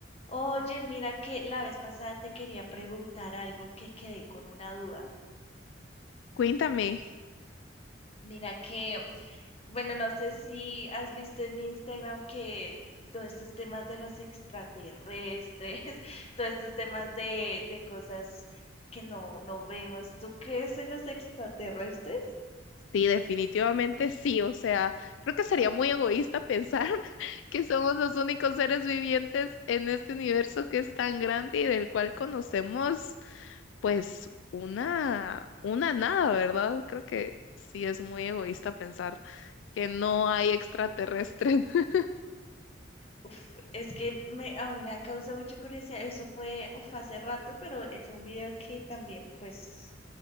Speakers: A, on the left; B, on the left.
A: Oye, mira que la vez pasada te quería preguntar algo que quedé con una duda.
B: Cuéntame.
A: Mira que, bueno, no sé si has visto en Instagram que todos estos temas de los extraterrestres, <laughs> todos estos temas de, de cosas que no, no vemos. ¿Tú crees en los extraterrestres?
B: Sí, definitivamente sí. O sea, creo que sería muy egoísta pensar <laughs> que somos los únicos seres vivientes en este universo que es tan grande y del cual conocemos, pues, una, una nada, ¿verdad? Creo que sí es muy egoísta pensar que no hay extraterrestres. <laughs>
A: Uf, es que me, a mí me ha causado mucha curiosidad. Eso fue, uf, hace rato, pero eh, fue un video que también, pues...